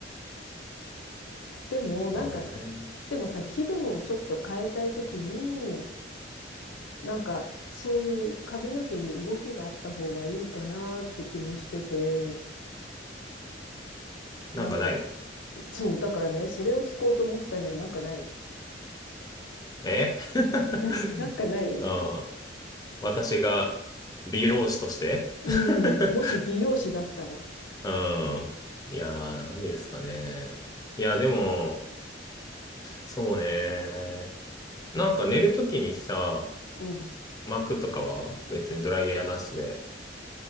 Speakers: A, on the left; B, on the left.
A: でも、なんか、
B: そうだね。
A: でもさ、気分をちょっと変えたいときに、なんか、そういう髪の毛に動きがあった方がいいかなって気もしてて、
B: なんかないの
A: なんか、そう、だからね、それを聞こうと思ったにはなんかない。
B: え
A: <laughs> な、
B: <laughs>
A: なんかない。
B: うん。私が美容師として
A: うん、
B: <laughs>
A: もし美容師だったら、
B: うん。いやー、なんですかね。いや、
A: だ
B: でも、そうね。なんか寝るときにさ、
A: うん、
B: 巻くとかは別にドライヤーなしで